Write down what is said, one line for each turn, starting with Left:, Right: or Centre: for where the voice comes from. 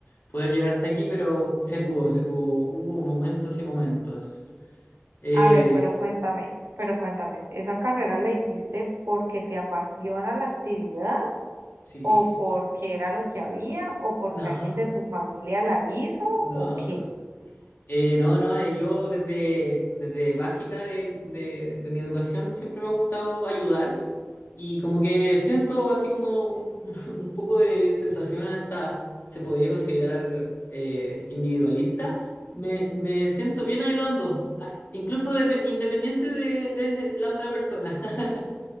Left: poder llegar hasta aquí, pero se pudo, se pudo. Hubo momentos y momentos. Eh,
Right: A ver, pero cuéntame, pero cuéntame, ¿esa carrera la hiciste porque te apasiona la actividad
Left: sí,
Right: o porque era lo que había o porque
Left: <laughs>
Right: alguien
Left: no,
Right: de tu familia la hizo
Left: no.
Right: o qué?
Left: Eh, no, no, eh, yo desde, desde básica de, de de mi educación siempre me ha gustado ayudar Y como que siento así como un, <laughs> un poco de sensación hasta se podría considerar eh, individualista. Me, me siento bien ayudando, a- incluso depe- independiente de, de la otra persona. <laughs>